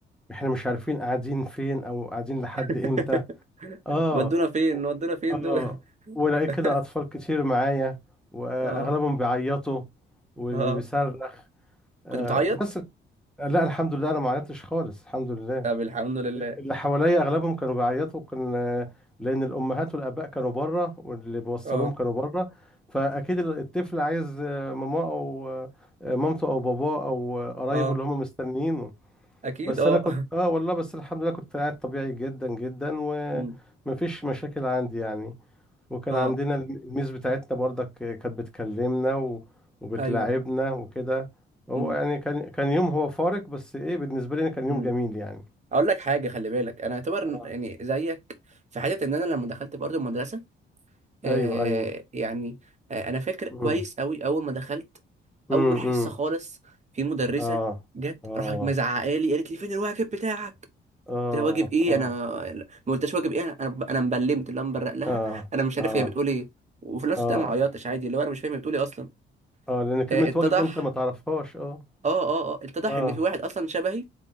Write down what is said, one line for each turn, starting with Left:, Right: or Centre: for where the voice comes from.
Centre: احنا مش عارفين قاعدين فين او قاعدين لحد
Right: <laughs>
Centre: امتى اه
Right: ودونا فين ودونا فين
Centre: اه
Right: دول
Centre: ولقيت
Right: <laughs>
Centre: كده اطفال كتير معايا واغلبهم
Right: اه
Centre: بيعيطوا واللي
Right: اه
Centre: بيصرخ آه
Right: كنت بتعيط
Centre: بس لا الحمد لله انا ما عيطتش خالص الحمد لله
Right: طب الحمد لله
Centre: اللي حواليا اغلبهم كانوا بيعيطوا كان لان الامهات والاباء كانوا بره واللي بيوصلوهم
Right: اه
Centre: كانوا بره فاكيد ال- الطفل عايز آه، ماما او آه، مامته او باباه او آه، قرايبه
Right: اه
Centre: اللي هم مستنيينه
Right: اكيد
Centre: بس
Right: اه
Centre: انا كنت
Right: <laughs>
Centre: اه والله بس الحمد لله كنت قاعد طبيعي جدا جدا
Right: مم.
Centre: ومفيش مشاكل عندي يعني وكان
Right: اه
Centre: عندنا الميز بتاعتنا برضك كانت بتكلمنا و- وبتلاعبنا
Right: ايوه
Centre: وكده هو
Right: امم
Centre: يعني كان كان يوم هو فارق بس ايه بالنسبه لي أنا كان يوم
Right: امم
Centre: جميل يعني
Right: اقول لك حاجه خلي بالك انا اعتبر
Centre: اه
Right: إن- يعني زيك في حته ان انا لما دخلت برضو المدرسه آه
Centre: ايوه ايوه
Right: يعني آه انا فاكر كويس
Centre: امم
Right: قوي اول ما دخلت
Centre: امم
Right: اول حصه خالص في مدرسه
Centre: اه
Right: جت
Centre: اه
Right: راحت مزعقه لي قالت لي فين الواجب بتاعك
Centre: اه
Right: قلت لها واجب ايه
Centre: اه
Right: انا ما قلتش واجب ايه انا انا أنا مبلمت اللي أنا مبرق لها
Centre: اه
Right: انا مش عارف
Centre: اه
Right: هي بتقول ايه وفي نفس
Centre: اه
Right: الوقت أنا ما عيطتش عادي اللي هو انا مش فاهم هي بتقول ايه اصلا
Centre: اه لان كلمة
Right: آه اتضح
Centre: واجب انت ما تعرفهاش اه
Right: اه اه اه اتضح
Centre: اه
Right: ان في واحد اصلا شبهي